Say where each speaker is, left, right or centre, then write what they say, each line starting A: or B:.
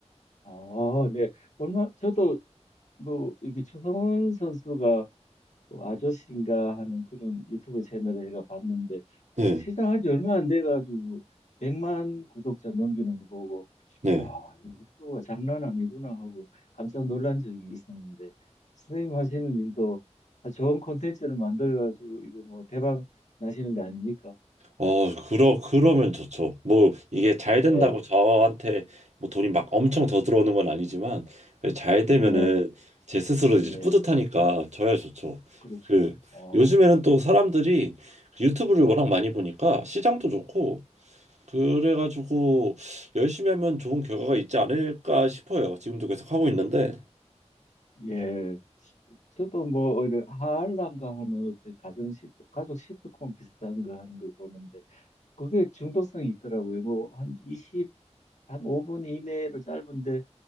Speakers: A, on the left; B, on the right.
A: 아, 네. 얼마 저도 뭐 이게 추성훈 선수가 뭐 아저씨인가 하는 그런 유튜브 채널을 제가 봤는데
B: 네,
A: 시작한 지 얼마 안 돼가지고 100만 구독자 넘기는 거 보고
B: 네.
A: 야, 이거 속도가 장난 아니구나 하고 깜짝 놀란 적이 있었는데 선생님 하시는 일도 좋은 콘텐츠를 만들어가지고 이거 뭐 대박 나시는 거 아닙니까?
B: 어, 그러 그러면 좋죠. 뭐 이게 잘 된다고
A: 네,
B: 저한테 뭐 돈이 막 엄청 더 들어오는 건 아니지만 잘 되면은
A: 네,
B: 제 스스로
A: 네,
B: 이제 뿌듯하니까 저야 좋죠.
A: 그렇죠.
B: 그
A: 어,
B: 요즘에는 또 사람들이 그 유튜브를 워낙 많이 보니까 시장도 좋고 그래가지고 열심히 하면 좋은 결과가
A: 예.
B: 있지 않을까 싶어요. 지금도 계속 하고 있는데,
A: 예. 저도 뭐 오히려 하알란가 하는 어떤 가정 시 가족 시트콤 비슷한 거 하는 걸 보는데 그게 중독성이 있더라고요. 뭐 한 20, 한 5분 이내로 짧은데